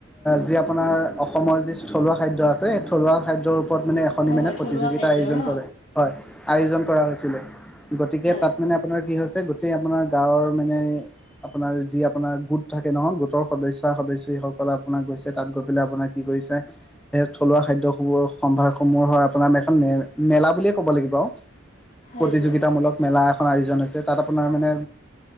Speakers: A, in the centre; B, on the left (about 35°).
A: যি আপোনাৰ অসমৰ যি থলুৱা খাদ্য আছ ছে থলুৱা খাদ্যৰ ওপৰত মানে এখ এখনি
B: হয় হয়
A: প্ৰতিযোগিতা
B: থলুৱা খাদ্য
A: আইউজন
B: ন
A: কৰে, হয় আইউজন কৰা হৈছিল। গতিকে
B: হয়
A: তাত মানে আপোনাৰ কি হৈছে গোটেই আপোনাৰ গাঁৱৰ মানে আপোনাৰ যি আপোনাৰ গোট থাকে নহয় গোটৰ সদস্য সদস্যি সকল আপোনাক গৈছে তাত গৈ পেলাই আপোনাক। কি‌ কৰিছে এই থলুৱা খাদ্যসমূহৰ সম্ভাৰ। সমূহৰ আপোনাৰ এখন মে মেলা বিয়ে ক'ব লাগিব আও
B: হয়
A: প্ৰতিযোগিতামূলক
B: হয়
A: মেলা এখন আয়োজন হৈছে তাত আপোনাৰ মানে